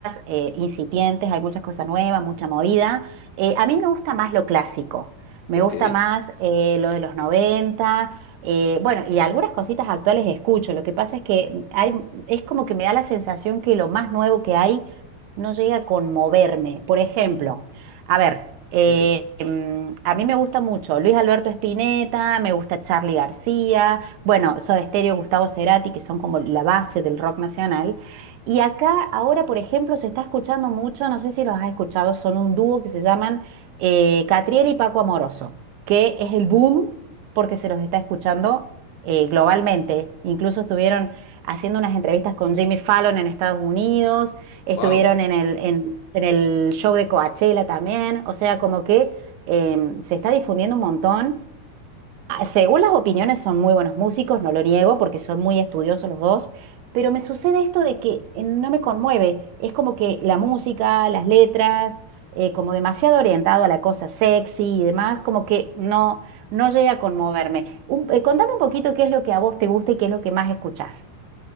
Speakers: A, on the right; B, on the left.
A: eh, incipientes, hay muchas cosas nuevas, mucha movida. Eh, a mí me gusta más lo clásico, me
B: Ok,
A: gusta más eh, lo de los noventa eh, bueno, y algunas cositas actuales escucho. Lo que pasa es que hay, es como que me da la sensación que lo más nuevo que hay no llega a conmoverme. Por ejemplo, a ver, eh,
B: ok,
A: mm, a mí me gusta mucho Luis Alberto Spinetta, me gusta Charly García bueno, Soda Stereo, Gustavo Cerati, que son como la base del rock nacional. Y acá ahora, por ejemplo, se está escuchando mucho, no sé si los has escuchado, son un dúo que se llaman eh, Catriel y Paco Amoroso, que es el boom porque se los está escuchando eh, globalmente. Incluso estuvieron haciendo unas entrevistas con Jimmy Fallon en Estados Unidos, estuvieron
B: wow.
A: en el, en, en el show de Coachella también, o sea, como que em, se está difundiendo un montón. Ah, Según las opiniones, son muy buenos músicos, no lo niego, porque son muy estudiosos los dos, pero me sucede esto de que eh, no me conmueve. Es como que la música, las letras, eh, como demasiado orientado a la cosa sexy y demás, como que no, no llega a conmoverme. Un- eh, contame un poquito qué es lo que a vos te gusta y qué es lo que más escuchás.